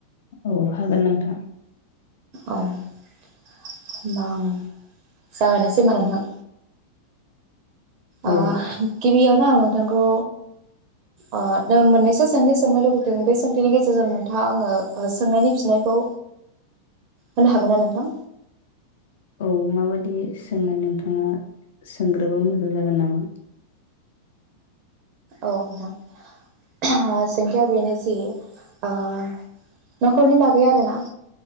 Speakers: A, on the left; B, on the right.
A: औ हागोन नोंथां।
B: औ होमबा आं जागायनोसै होमबा नोंथां? अ
A: औ
B: गि बियावनो आं नोंथांखौ ओ मोननैसो सोंथि सोंनो लुबैदों बे सोंथिनि गेजेरजों नोंथाङा आङो सोंनायनि फिनायखौ होनो हागोन ना नोंथां?
A: औ माबादि सोंनाय नोंथाङा सोंग्रोबा मोजां जागोन नामा?
B: औ नोंथां सोंथिया बेनो जि ओ न'खरनि बागै आरोना।